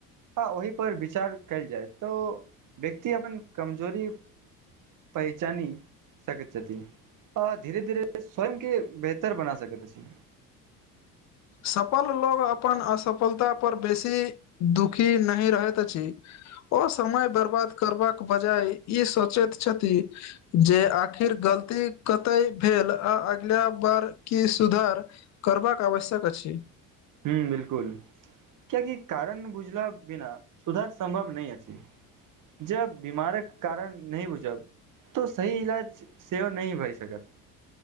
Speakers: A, on the right; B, on the left.
A: आ ओहिपर विचार कयल जाइ तऽ व्यक्ति अपन कमजोरी पहिचानी सकत छति आ धीरे धीरे स्वयं के बेहतर बना सकते अछि
B: सफल लोग अपन असफलता पर बेसी दुखी नहि रहैत अछि ओ समय बर्बाद करबाक बजाय ई सोचैत छथि जे आखिर गलती कतय भेल आ अगिला बार की सुधार करबाक आवश्यक अछि
A: ह्म बिलकुल कियकि कारण बुझला बिना सुधार सम्भव नहि अछि जब बीमारक कारण नहि बुझब तऽ सही इलाज सेहो नहि भए सकत